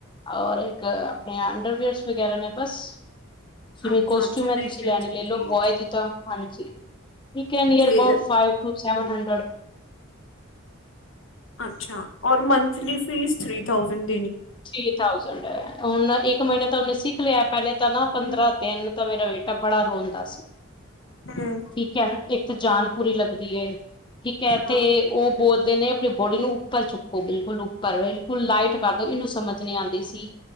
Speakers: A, on the left; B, on the left.
A: ਔਰ ਇੱਕ ਆਪਣੇ ਅੰਡਰਵੀਅਰਸ ਵਗੈਰਾ ਨੇ ਬਸ ਜਿਵੇ
B: ਅੱਛਾ
A: ਕੋਸਟਿਊਮ
B: ਅੱਛਾ ਨਹੀਂ
A: ਐ ਤੁਸੀਂ
B: ਫਿਰ
A: ਲੈਣੀ
B: ਤੇ
A: ਲੈਲੇ
B: ਠੀਕ
A: ਬੋਏ
B: ਹੈ
A: ਦੀ ਤਰਾਂ ਹਾਂਜੀ ਨਿਆਰ
B: ਤੇ
A: about five to seven hundred
B: ਅੱਛਾ, ਔਰ monthly fees three thousand
A: three thousand, ਹੁਣ ਇੱਕ ਮਹੀਨਾ ਤਾਂ ਉਹਨੇ ਸਿੱਖ ਲਿਆ। ਪਹਿਲੇ ਤਾਂ ਨਾ
B: ਹੈ
A: ਪੰਦਰਾਂ ਦਿਨ ਤਾਂ ਮੇਰਾ ਬੇਟਾ ਬੜਾ ਰੋਂਦਾ ਸੀ।
B: ਹਮ ਹਮ
A: ਠੀਕ ਹੈ ਇੱਕ ਤੇ ਜਾਨ ਪੂਰੀ ਲੱਗਦੀ ਐ। ਠੀਕ ਹੈ,
B: ਹਾਂ
A: ਤੇ ਉਹ ਬੋਲ ਨੇ ਆਪਣੀ ਬੋਡੀ ਨੂੰ ਉੱਪਰ ਚੁੱਕੋ ਬਿਲਕੁਲ ਉੱਪਰ ਬਿਲਕੁਲ ਲਾਈਟ ਕਰ ਦੋ ਇਹਨੂੰ ਸਮਝ ਨਹੀਂ ਆਦੀ ਸੀ।